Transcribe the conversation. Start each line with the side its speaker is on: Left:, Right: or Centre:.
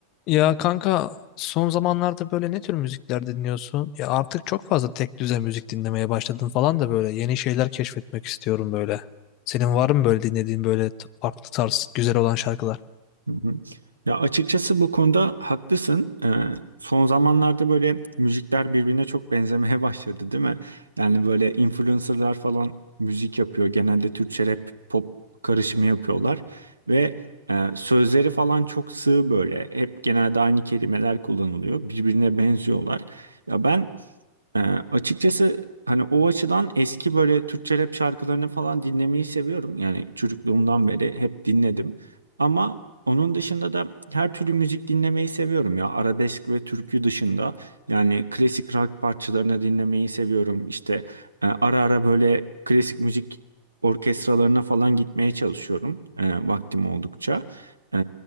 Left: Ya kanka son zamanlarda böyle ne tür müzikler dinliyorsun? Ya artık çok fazla tek düze müzik dinlemeye başladım falan da böyle yeni şeyler keşfetmek istiyorum böyle. Senin var mı böyle dinlediğin böyle t- farklı tarz güzel olan şarkılar?
Right: Hı hı. Ya açıkçası bu konuda haklısın. Ee, son zamanlarda böyle müzikler birbirine çok benzemeye <laughs> başladı, değil mi? Yani böyle influencerlar falan müzik yapıyor. Genelde Türkçe rap, pop karışımı yapıyorlar ve e, sözleri falan çok sığ böyle. Hep genelde aynı kelimeler kullanılıyor. Birbirine benziyorlar. Ya ben ee, açıkçası hani o açıdan eski böyle Türkçe rap şarkılarını falan dinlemeyi seviyorum. Yani çocukluğumdan beri hep dinledim. Ama onun dışında da her türlü müzik dinlemeyi seviyorum ya. Arabesk ve türkü dışında. Yani klasik rock parçalarını dinlemeyi seviyorum. İşte e, ara ara böyle klasik müzik orkestralarına falan gitmeye çalışıyorum. e, vaktim oldukça. E,